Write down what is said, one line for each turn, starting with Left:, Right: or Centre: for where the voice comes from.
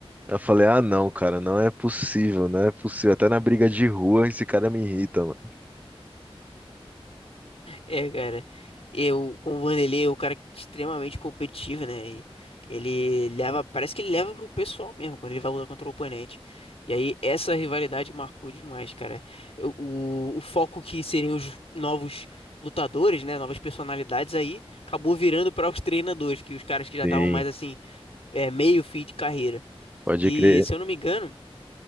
Right: Eu falei, ah, não, cara, não é possível, não é possível. Até na briga de rua esse cara me irrita, mano.
Left: É, cara, eu com o Vanderlei, é o cara extremamente competitivo, né? E ele leva, parece que ele leva pro pessoal mesmo quando ele vai lutar contra o oponente. E aí essa rivalidade marcou demais, cara. Eu- o, o foco que seriam os novos lutadores, né? Novas personalidades aí, acabou virando para os treinadores, que os caras que já
Right: Sim,
Left: estavam mais assim, é, meio fim de carreira.
Right: pode
Left: E
Right: crer.
Left: se eu não me engano,